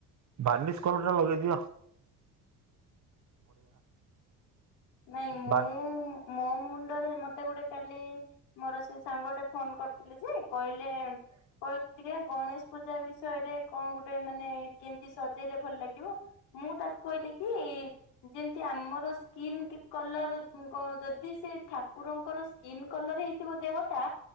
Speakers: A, on the right; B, on the left.
A: ବାନିସ କଲରଟା ଲଗେଇ ଦିଅ।
B: ନାଇଁ, ମୁଁ
A: ବା
B: ମୋ ମୁଣ୍ଡରେ, ମତେ ଗୋଟେ କାଲି ମୋର ସେଇ ସାଙ୍ଗଟେ ଫୋନ କରିଥିଲି, ଯେ କହିଲେ କହିଲି, ଟିକେ ଗଣେଶ ପୂଜା ବିଷୟରେ କଣ ଗୋଟେ ମାନେ କେମିତି ସଜେଇଲେ ଭଲ ଲାଗିବ? ମୁଁ ତାକୁ କହିଲି କି ଯେମିତି ଆମର ସ୍କିନ୍ କଲର, ଯଦି ସେ ଠାକୁରଙ୍କର ସ୍କିନ୍ କଲର ହେଇଥିବ ଦେହ ଟା।